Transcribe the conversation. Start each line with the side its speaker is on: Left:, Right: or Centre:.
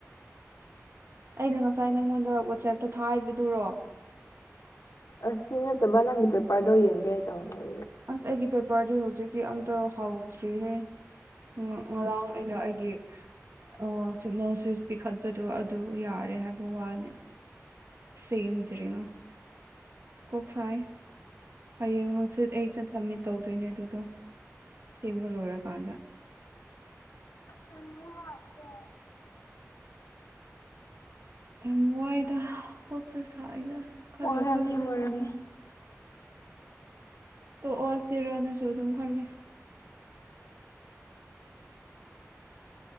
Right: ꯑꯩꯅ ꯉꯁꯥꯏ ꯅꯪꯉꯣꯟꯗ ꯋꯥꯆꯦꯞꯇ ꯊꯥꯕꯤꯗꯨꯨꯔꯣ
Left: ꯑꯁꯤ ꯅꯠꯇꯕ ꯅꯤꯡꯒꯤ ꯄꯦ ꯄꯥꯗꯣꯌꯦꯒꯦ <unintelligible>
Right: ꯑꯁ ꯑꯩꯒꯤ ꯄꯦꯄꯔꯗꯤ ꯍꯧꯖꯤꯛꯇꯤ ꯑꯝꯇ ꯍꯥꯎꯗ꯭ꯔꯤꯍꯦ ꯉꯥ ꯉꯔꯥꯡ ꯑꯩꯅ ꯑꯩꯒꯤ ꯑꯣ ꯁꯤꯞꯅꯣꯁꯤꯁ ꯄꯤꯈꯠꯄꯗꯣ ꯑꯗꯨ ꯌꯥꯔꯦ ꯍꯥꯏꯕ ꯋꯥꯅꯤ ꯁꯦꯝꯗ꯭ꯔ‌ꯤ ꯉ‌ꯣ ꯀꯣꯛ ꯁꯥꯏ ꯍꯌꯦꯡ ꯍꯪꯆꯤꯠ ꯑꯩ ꯆꯠ ꯁꯕꯃꯤꯠ ꯇꯧꯗꯣꯏꯅꯦ ꯑꯗꯨꯗꯣ ꯁꯦꯝꯕ ꯂꯣꯏꯔꯀꯥꯟꯗ
Left: ꯀꯟꯕ ꯍꯧꯔꯛꯑꯁꯦ
Right: ꯌꯥꯝ ꯋꯥꯏꯗ ꯀ‌ꯣꯛꯁꯨ ꯁꯥꯏꯗ ꯈꯜꯂꯨ
Left: ꯑꯣꯏꯔꯝꯅꯤ
Right: ꯈꯜꯂꯨꯒ
Left: ꯑꯣꯏꯔꯝꯅꯤ
Right: ꯇꯣꯛꯑ ꯁꯤꯔꯅꯁꯨ ꯑꯗꯨꯝ ꯈꯜꯂꯤ